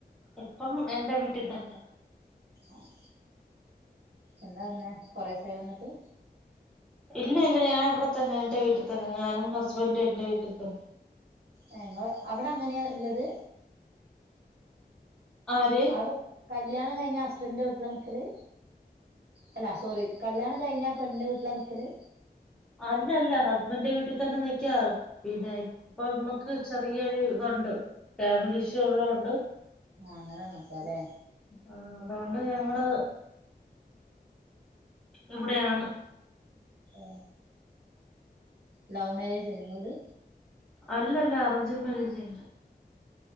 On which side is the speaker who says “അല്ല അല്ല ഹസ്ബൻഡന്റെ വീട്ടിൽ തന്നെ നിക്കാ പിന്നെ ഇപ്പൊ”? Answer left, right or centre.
Centre